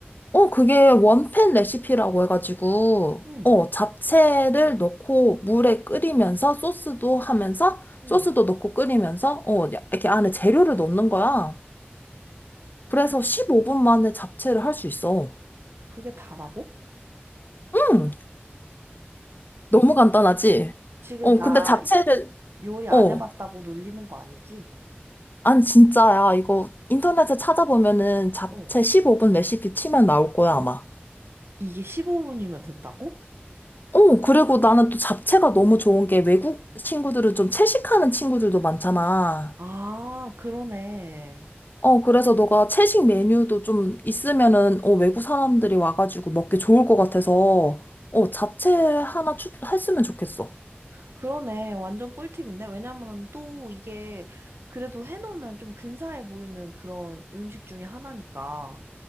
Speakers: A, on the left; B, on the right.
A: 어, 그게 원팬 레시피라고 해가지고,
B: 응,
A: 어, 잡채를 넣고 물에 끓이면서 소스도 하면서,
B: 응.
A: 소스도 넣고 끓이면서, 어, 이렇게 안에 재료를 넣는 거야. 그래서
B: 그,
A: 15분 만에 잡채를 할 수 있어.
B: 그게 다라고?
A: 응, 너무 간단하지?
B: 지금
A: 어,
B: 나
A: 근데 잡채를,
B: 요리 안
A: 어,
B: 해봤다고 놀리는 거 아니지?
A: 아니, 진짜야. 이거 인터넷에 찾아보면은 잡채
B: 어.
A: 15분 레시피 치면 나올 거야, 아마.
B: 이게 15분이면 된다고?
A: 어, 그리고 나는 또 잡채가 너무 좋은 게 외국 친구들은 좀 채식하는 친구들도 많잖아.
B: 아, 그러네.
A: 어, 그래서 너가 채식 메뉴도 좀 있으면은, 어, 외국 사람들이 와가지고 먹기 좋을 것 같아서, 어, 잡채 하나 추, 했으면 좋겠어.
B: 그러네. 완전 꿀팁인데? 왜냐면은 또 이게 그래도 해놓으면 좀 근사해 보이는 그런 음식 중에 하나니까